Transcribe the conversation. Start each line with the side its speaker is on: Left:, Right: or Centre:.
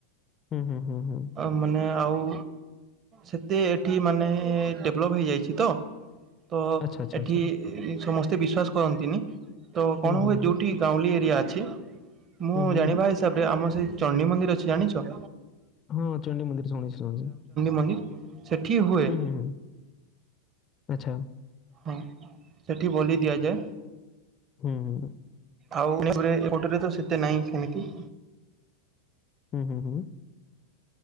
Left: ହୁଁ ହୁଁ ହୁଁ ହୁଁ।
Right: ଆ ମାନେ ଆଉ ସେତେ ଏଠି ମାନେ ଡେଭଲପ୍ ହେଇଯାଇଚି ତ। ତ
Left: ଆଚ୍ଛା ଆଚ୍ଛା
Right: ଏଠି
Left: ଆଚ୍ଛା
Right: ସମସ୍ତେ ବିଶ୍ଵାସ କରନ୍ତିନି ତ କଣ
Left: ହୁଁ ହୁଁ
Right: ହୁଏ
Left: ହୁଁ
Right: ଯୋଉଠି ଗାଉଁଲି ଏରିଆ ଅଛି ମୁଁ
Left: ହୁଁ ହୁଁ
Right: ଜାଣିବା
Left: ହୁଁ।
Right: ହି ହିସାବରେ ଆମର ସେଇ ଚଣ୍ଡୀ ମନ୍ଦିର ଅଛି ଜାଣିଚ?
Left: ହଁ ଚଣ୍ଡୀ ମନ୍ଦିର ସୁଣିଚି ଶୁନୀଚି
Right: ମନ୍ଦିର? ସେଠି ହୁଏ
Left: ହୁଁ ହୁଁ ହୁଁ। ଆଚ୍ଛା।
Right: ହଁ ସେଠି ବଲି ଦିଆଯାଏ।
Left: ହୁଁ।
Right: ଆଉ ଏପଟରେ ତ ସେତେ ନାହିଁ ସେମିତି
Left: ହୁଁ ହୁଁ ହୁଁ।